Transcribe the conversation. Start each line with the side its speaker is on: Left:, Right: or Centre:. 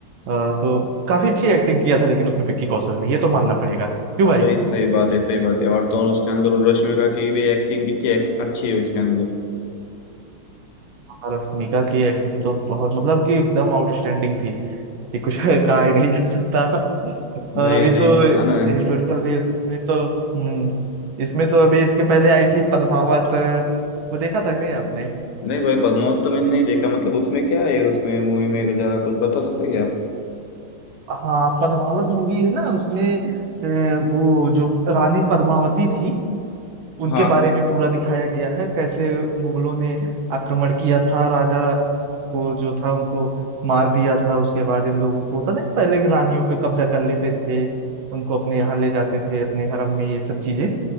Right: अ, तो काफी अच्छी एक्टिंग किया था लेकिन उसमें विक्की कौशल ने ये तो मानना पड़ेगा क्यों भाई
Left: सही सही बात है सही बात है और तो और उसके अंदर वो रश्मिका की भी एक्टिंग कितनी एक, अच्छी है उसके अंदर
Right: और रश्मिका की एक्टिंग तो बहुत मतलब कि एकदम आउटस्टैंडिंग थी इससे कुछ <laughs> कहा ही नहीं जा सकता
Left: नहीं
Right: और अभी
Left: नहीं
Right: तो
Left: हाँ ना
Right: हिस्टोरिकल बेस में तो हम्म, इसमें तो अभी इसके पहले आई थी पद्मावत वो देखा था कि नहीं आपने
Left: नहीं भाई पद्मावत तो मैंने नहीं देखा मतलब उसमें क्या है उसमें मूवी में जरा कुछ बता सकते हैं क्या
Right: हाँ पद्मावत मूवी है ना उसमें अ, वो जो रानी पद्मावती थी उनके
Left: आप
Right: बारे में पूरा दिखाया गया है कैसे मुगलों ने आक्रमण किया था राजा को जो था उनको मार दिया था उसके बाद इन लोगों को होता नहीं पहले की रानियों पे कब्जा कर लेते थे उनको अपने यहाँ ले जाते थे अपने हरम में ये सब चीजें